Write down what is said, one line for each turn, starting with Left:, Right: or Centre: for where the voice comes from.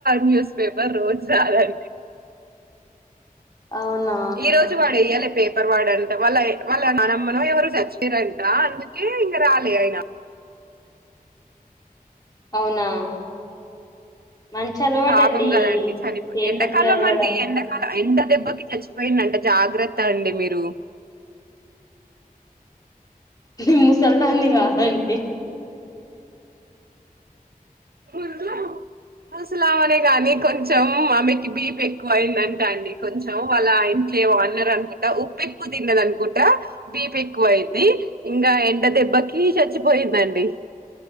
Right: న్యూస్ పేపర్ రోజు రాదండి.
Left: అవునా
Right: ఈ రోజు వాడు ఎయ్యాలె. పేపర్ వాడంట, వాళ్ళ వాళ్ళ నానమ్మనం ఎవరు చచ్చారంట, అందుకే ఇంగ రాలే ఆయన.
Left: అవునా మంచి అలవాటండి
Right: పాపం కదండి చనిపోయి.
Left: పేపర్లు
Right: ఎండాకాలం
Left: చదవడం
Right: అండి, ఎండాకాలం ఎండ్లు దెబ్బకి చచ్చిపోయింది. అంట జాగ్రత్త అండి మీరు
Left: నీ ముసల్ దాన్ని కాదండి.
Right: ఉళ్లగు ముసలామనే గానీ, కొంచెం ఆమెకి బీప్ ఎక్కువ అయిందంటా. అండి కొంచెం వాళ్ళ ఇంట్లో ఎవో అన్నరానుకుంటా, ఉప్పు ఎక్కువ తిన్నది. అనుకుంటా బీపి ఎక్కువ అయింది. ఇంకా ఎండ దెబ్బ కీ చచ్చిపోయిందండి.